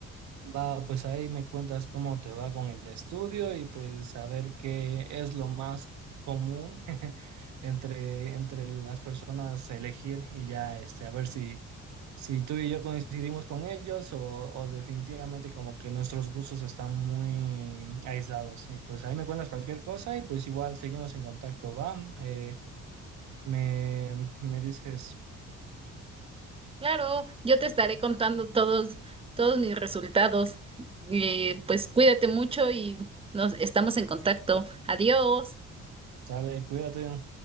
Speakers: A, on the right; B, on the right.
A: Va, pues ahí me cuentas cómo te va con el estudio y pues a ver qué es lo más común <laughs> entre, entre las personas a elegir y ya este, a ver si, si tú y yo coincidimos con ellos o, o definitivamente como que nuestros gustos están muy aislados. Y pues ahí me cuentas cualquier cosa y pues igual seguimos en contacto, va. Eh, Me, me dices,
B: Claro, yo te estaré contando todos, todos mis resultados. Eh, pues cuídate mucho y nos estamos en contacto. Adiós.
A: sale, cuídate.